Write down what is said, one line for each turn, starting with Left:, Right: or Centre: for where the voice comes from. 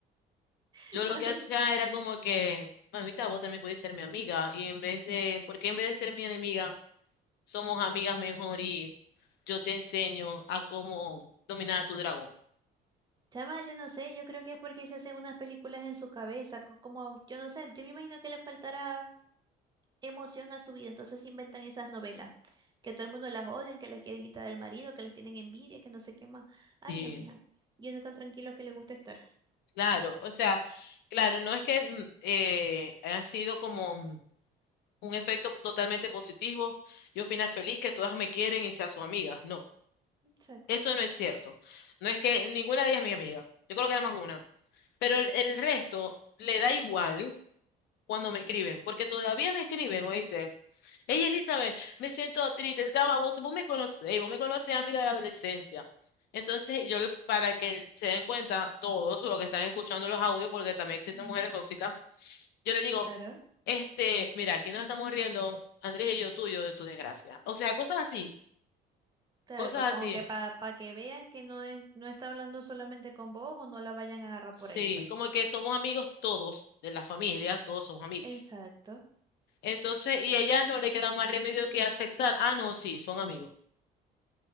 Right: <laughs>
Left: Yo lo que hacía era como que, mamita, vos también podés ser mi amiga. Y en vez de, porque en vez de ser mi enemiga, somos amigas mejor y yo te enseño a cómo dominar a tu dragón.
Right: Chama, yo no sé, yo creo que es porque se hacen unas películas en su cabeza, co- como, yo no sé, yo me imagino que le faltará emoción a su vida, entonces inventan esas novelas, que todo el mundo las odian, que les quieren quitar al marido, que les tienen envidia, que no sé qué más. Ay,
Left: Sí,
Right: no, mija, y uno tan tranquilo que le gusta estar.
Left: claro, o sea, claro, no es que mm, eh, ha sido como mm, un efecto totalmente positivo y un final feliz que todas me quieren y sean sus amigas. No,
Right: Exacto.
Left: eso no es cierto. No es que ninguna de ellas es mi amiga. Yo creo que era más una. Pero el el resto le da igual cuando me escriben, porque todavía me escriben, ¿oíste? Ella, Elizabeth, me siento triste, chama, vos, vos me conocés, vos me conocés a mí de la adolescencia. Entonces, yo, para que se den cuenta todos los que están escuchando los audios, porque también existen
Right: Ujú,
Left: mujeres tóxicas, yo les digo,
Right: Claro.
Left: este, mira, aquí nos estamos riendo, Andrés y yo tuyo, de tu desgracia. O sea, cosas así,
Right: Claro,
Left: cosas
Right: co- como
Left: así.
Right: que para que vean que no, es- no está hablando solamente con vos o no la vayan a agarrar
Left: Sí,
Right: por ahí, pues.
Left: como que somos amigos todos, de la familia, todos somos amigos.
Right: Exacto.
Left: Entonces, y a ella no le queda más remedio que aceptar, ah, no, sí, son amigos.